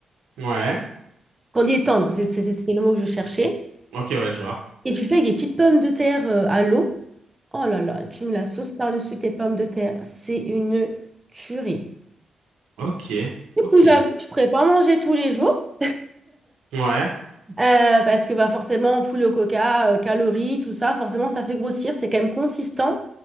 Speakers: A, on the right; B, on the right.
A: Ouais.
B: quand il est tendre, c'est c'est- c'est le mot que je cherchais.
A: Ok, ouais, je vois.
B: Et tu fais avec des petites pommes de terre euh, à l'eau. Oh là là, tu mets la sauce par-dessus tes pommes de terre. C'est une tuerie.
A: Ok,
B: Du
A: ok.
B: coup, j'avoue que je ne pourrais pas manger tous les jours.
A: Ouais.
B: euh, parce que bah, forcément, poulet au coca, euh, calories, tout ça, forcément, ça fait grossir. C'est quand même consistant,